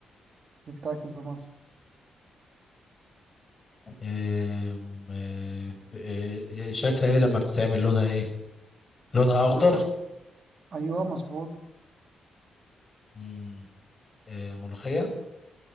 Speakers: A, on the right; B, on the left.
A: بتاكل في مصر
B: آم، آه، ب- آه، شكلها ايه لما بتتعمل لونها ايه لونها اخضر
A: أنت أيوه مظبوط
B: مم، آه، ملوخية